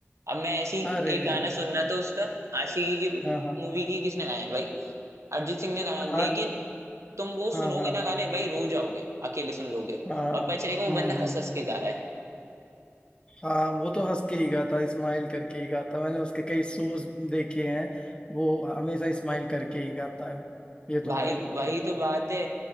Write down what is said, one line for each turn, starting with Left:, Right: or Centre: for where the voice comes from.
Right: अब मैं ऐसी
Left: अरे
Right: एक
Left: यार
Right: गाना सुनना था उसका आशिकी की
Left: हाँ हाँ
Right: मूवी की किसने गाया है भाई अरिजीत सिंह ने गाया
Left: आ,
Right: है लेकिन तुम वो
Left: हाँ
Right: सुनोगे
Left: हाँ हाँ
Right: ना गाने भाई रो जाओगे अकेले सुन लोगे
Left: हाँ
Right: और पता चलेगा वो
Left: हाँ
Right: बंदा
Left: हाँ
Right: हंस हंस के गा रहा है
Left: हाँ वो तो हंस के ही गाता स्माइल करके ही गाता मैंने उसके कई शोज देखे हैं वो हमेशा स्माइल करके ही गाता है ये तो
Right: भाई
Left: है
Right: वही तो बात है